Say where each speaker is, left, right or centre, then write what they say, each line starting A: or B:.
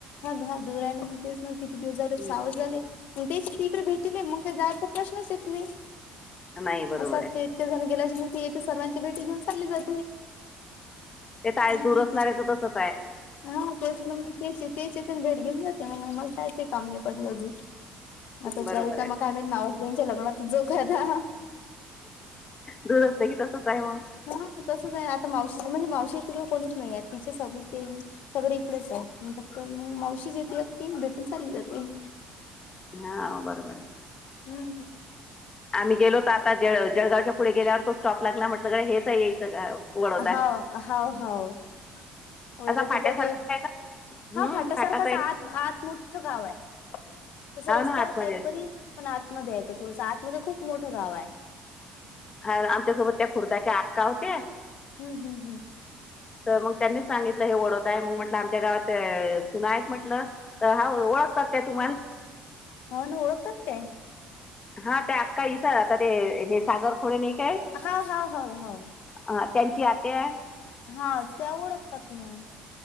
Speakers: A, on the left; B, on the left.
A: हा हा दूर आहे ना मग तेच ना किती दिवस झाले
B: हम्म
A: सहा वर्ष झाले तेच तिकडे भेटले मग. ते जायचा प्रश्नच येत नाही
B: नाही बरोबर
A: अस
B: आहे.
A: ते ते झाल गेल्या वर्षी ती येते सर्वांची भेटी घेऊन चालली जाते.
B: ते काय
A: हम्म.
B: दूर असणाऱ्याच तसच आहे.
A: हा तेच ना तेचे तेच पण भेट घेऊन जाते मग आम्हाला जायचं काम नाही पडलं अजून आता
B: बरोबर आहे
A: <unintelligible> काय मावसबहिणीच्या लग्नात जोग आहे का
B: दूर असते की तसच आहे मग.
A: हो ना तसंच आहे आता मावशीच म्हणजे मावशी तिकडे कोणीच नाही आहे तिचे सग ते सगळे इकडेच आहे फक्त मावशीच तिथे एकटी भेटून चालली जाते.
B: हा बरोबर आहे.
A: हम्म.
B: आम्ही गेलोत आता जळ जळगावच्या पुढे गेल्यावर तो स्टॉप लागला म्हटलं ग हेच आहे ग हीच गाव. वडोदा.
A: हाव हाव हाव. <unintelligible>
B: असा फाट्यासारखाच
A: तिथं ते
B: आहे ना
A: हा
B: हम्म
A: फाट्या
B: फाटाच
A: सारखाच
B: आहे ना
A: आत आत मोठं गाव आहे. तसं
B: हाव
A: रस्त्यावर
B: ना आतमध्ये
A: टाईपरी
B: असे.
A: पण आतमध्ये आहे ते थोडसं आतमध्ये खूप मोठं गाव आहे.
B: हा आमच्यासोबत त्या खुर्दाच्या आक्का होत्या.
A: हम्म हम्म हम्म.
B: तर मग त्यांनीच सांगितलं हे वडोदा आहे म म्हटलं आमच्या गावात सुना आहेत म्हटलं. तर हा ओळखतात त्या तुम्हाला.
A: हो न ओळखतेत ते.
B: हा ते आक्का इथं आता ते हे सागर खोडे नाही काय?
A: हा हा ह हम.
B: ह त्यांची आत्या
A: हा त्या ओळखतात म्हण